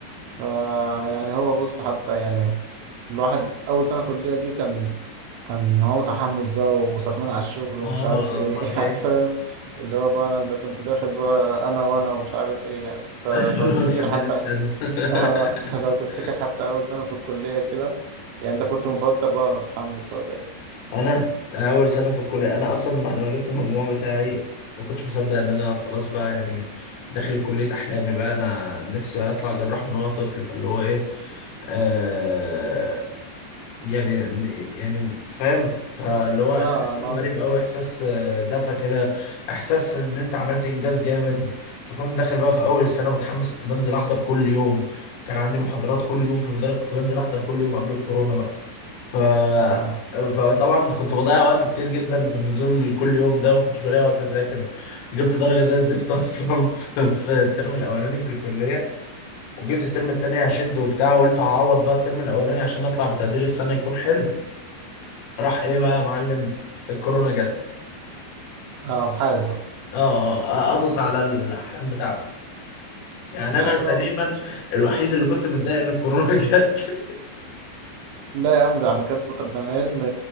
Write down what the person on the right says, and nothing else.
فا يعني هو بص حتى يعني الواحد اول سنة كلية دي كان كان هو متحمس بقى وسخنان على الشغل ومش
عارف ايه
<laughs>
يعني فاهم اللي هو بقى انا ده كنت داخل بقى انا وانا ومش عارف ايه يعني انت
لو تفتكر
حتى
آه لو تفتكر حتى أول سنة في الكلية كده يعني أنت كنت متوتر بقى ولا متحمس ولا إيه؟
آه
آه لون
آه
آه أبحاث بقى
عادي
بقى مش مشكلة
لا يا عم ده أنا كانت فترة ده أنا يا ريتني